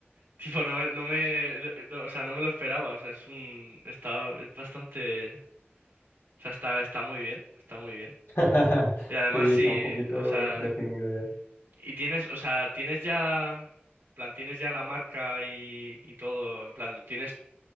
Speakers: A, on the right; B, on the left.
A: Tipo, no me, no me, no- o sea, no me lo esperaba, o sea, es un, está, es bastante, o sea, está, está muy bien, está muy bien.
B: <laughs>
A: Y además
B: Sí,
A: sí,
B: está un poquito
A: o sea,
B: definido ya.
A: y tienes, o sea, tienes ya, en plan, tienes ya la marca y, y todo, en plan, lo tienes,